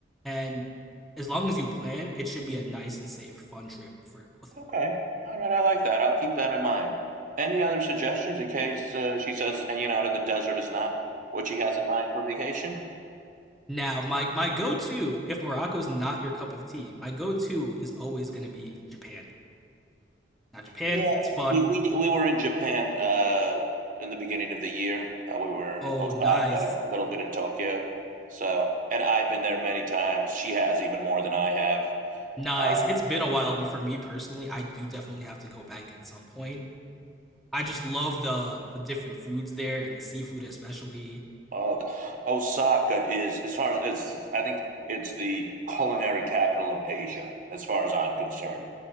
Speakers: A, in the centre; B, on the right.
A: And as long as you plan, it should be a nice and safe, fun trip for both of
B: Okay.
A: you.
B: All right. I like that. I'll keep that in mind. Any other suggestions in case uh, she says hanging out in the desert is not what she has in mind for vacation?
A: <laughs> now, my my go-to if Morocco's not your cup of tea, my go-to is always gonna be Japan. Now, Japan,
B: Yeah.
A: it's fun.
B: We we we were in Japan uh, in the beginning of the year. Uh, we were in
A: Oh,
B: Osaka,
A: nice,
B: a little bit in Tokyo. So, and I've been there many times. She has even more than I have.
A: nice.
B: Um,
A: It's been a while for me personally. I do definitely have to go back at some point. I just love the the different foods there and the seafood especially.
B: oh, God. Osaka is as far as it's. I think it's the culinary capital of Asia, as far as I'm concerned